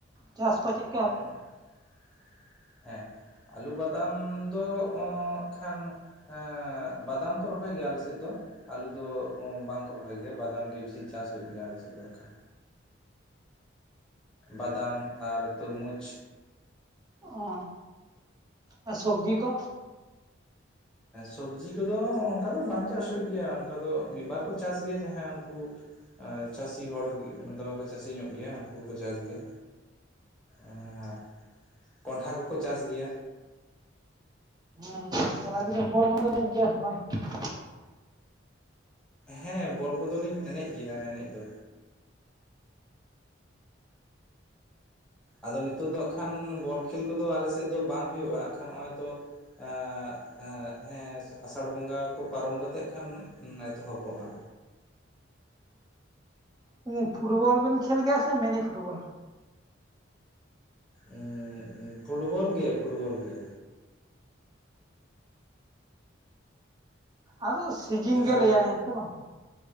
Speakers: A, on the right; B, in the centre.
A: ᱪᱟᱥ ᱠᱚ ᱪᱮᱜ
B: ᱩᱸᱻᱜᱮᱸ ᱟᱹᱞᱩ ᱵᱟᱫᱟᱢ ᱫᱚ ᱚᱸᱜ ᱠᱷᱟᱱ ᱮᱸᱻ ᱵᱟᱫᱟᱢ ᱠᱚ ᱨᱚᱦᱚᱭ ᱜᱮᱭᱟ ᱟᱞᱮᱥᱮᱫ ᱫᱚ ᱟᱞᱩ ᱫᱚ ᱵᱟᱝᱠᱚ ᱨᱚᱦᱚᱭ ᱜᱮᱭᱟ ᱵᱟᱫᱟᱢ ᱜᱮ ᱵᱮᱥᱤ ᱪᱟᱥ ᱦᱩᱭᱩᱜ ᱜᱮᱭᱟ ᱟᱞᱮ ᱥᱮᱫ ᱫᱚ ᱠᱷᱟᱱ ᱵᱟᱫᱟᱢ ᱟᱨ ᱛᱩᱨᱢᱩᱡᱽ
A: ᱚ ᱟᱨ ᱥᱚᱵᱡᱤ ᱠᱚ
B: ᱥᱚᱵᱡᱤ ᱠᱚᱫᱚ ᱚᱱᱠᱟ ᱫᱚ ᱵᱟᱝ ᱪᱟᱥ ᱦᱩᱭᱩᱜ ᱜᱮᱭᱟ ᱚᱱᱠᱟ ᱫᱚ ᱢᱤᱫᱵᱟᱨ ᱠᱚ ᱪᱟᱥ ᱜᱮᱭᱟ ᱡᱟᱦᱟᱸ ᱩᱱᱠᱩ ᱪᱟᱹᱥᱤ ᱦᱚᱲ ᱜᱤ ᱫᱚᱢᱮ ᱠᱚ ᱪᱟᱹᱥᱤ ᱧᱚᱜ ᱜᱮᱭᱟ ᱩᱱᱠᱩᱠᱚ ᱪᱟᱥ ᱜᱮᱭᱟ ᱚᱸᱻ ᱵᱷᱟᱜ ᱠᱚᱱᱴᱷᱟ ᱠᱚᱠᱚ ᱪᱟᱥ ᱜᱮᱭᱟ
A: ᱦᱮᱸ <unintelligible>
B: ᱦᱮᱸ ᱵᱚᱞ ᱠᱚᱫᱚ ᱞᱤᱧ ᱮᱱᱮᱡ ᱜᱮᱭᱟ ᱮᱱᱮᱡ ᱫᱚ ᱟᱫᱚ ᱱᱤᱛᱳ ᱫᱚ ᱠᱷᱟᱱ ᱵᱚᱞ ᱠᱷᱮᱞ ᱠᱚᱫᱚ ᱟᱞᱮᱥᱮᱫ ᱫᱚ ᱵᱟᱝ ᱦᱩᱭᱩᱜᱼᱟ ᱠᱷᱟᱱ ᱱᱚᱜᱼᱚᱭ ᱛᱚ ᱟᱸᱻᱜ ᱟᱸ ᱦᱮᱸ ᱟᱥᱟᱲ ᱵᱚᱸᱜᱟ ᱠᱚ ᱯᱟᱨᱚᱢ ᱠᱟᱛᱮᱜ ᱠᱷᱟᱱ ᱮᱛᱚᱦᱚᱵᱚᱜᱼᱟ᱾
A: ᱚ ᱯᱷᱩᱴᱵᱚᱞ ᱵᱤᱱ ᱠᱷᱮᱞ ᱜᱮᱭᱟ ᱥᱮ ᱢᱮᱱᱤ ᱯᱷᱩᱴᱵᱚᱞ
B: ᱩᱸᱻᱻᱜ ᱯᱷᱩᱴᱵᱚᱞ ᱜᱮ ᱯᱷᱩᱴᱵᱚᱞ ᱜᱮ
A: ᱟᱫᱚ ᱥᱤᱡᱤᱱ
B: ᱡᱟᱦᱟᱸᱨᱮ
A: ᱜᱮ ᱞᱟᱹᱭᱟᱭ ᱦᱮᱸ ᱥᱮ ᱵᱟᱝ